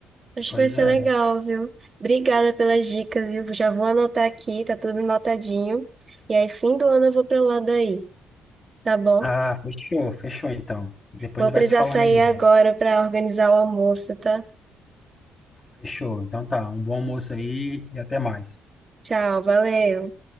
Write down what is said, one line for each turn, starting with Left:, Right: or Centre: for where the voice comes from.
Right: Acho
Left: pois
Right: que vai ser
Left: é.
Right: legal, viu? Obrigada pelas dicas, viu? Já vou anotar aqui, tá tudo anotadinho. E aí, fim do ano eu vou para lá daí, tá bom?
Left: Ah, fechou, fechou então. Depois
Right: Vou
Left: a gente
Right: precisar
Left: vai se falando
Right: sair
Left: aí. né?
Right: agora para organizar o almoço, tá?
Left: Fechou. Então tá, um bom almoço aí e até mais.
Right: Tchau, valeu.